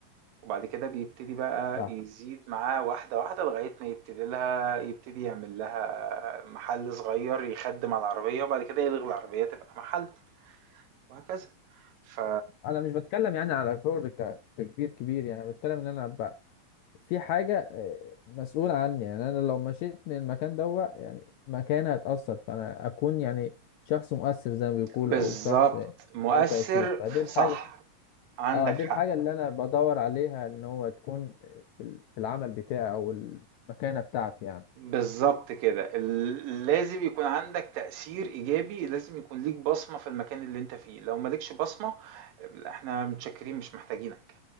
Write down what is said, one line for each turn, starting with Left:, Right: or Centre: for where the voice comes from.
Right: وبعد كده بيبتدي بقى
Left: صح
Right: يزيد معاه واحدة واحدة لغاية ما يبتدي لها يبتدي يعمل لها محل صغير يخدم على العربية وبعد كده يلغي العربية تبقى محل وهكذا ف
Left: انا مش بتكلم يعني على شغل ك... كبير كبير يعني بتكلم ان انا ابقى في حاجه آه، مسؤول عني يعني انا لو مشيت من المكان دوا يعني مكان هتاثر فانا اكون يعني شخص مؤثر زي ما بيقول
Right: بالظبط
Left: او شخص
Right: مؤثر
Left: له تاثير فدي
Right: ف-
Left: الحاجه
Right: صح عندك
Left: اه دي
Right: حق
Left: الحاجة اللي انا بدور عليها ان هو تكون في ال- في العمل بتاعي او المكانة بتاعتي يعني
Right: بالظبط كده ال- لازم يكون عندك تأثير إيجابي لازم يكون ليك بصمة في المكان اللي أنت فيه لو مالكش بصمة إحنا متشكرين مش محتاجينك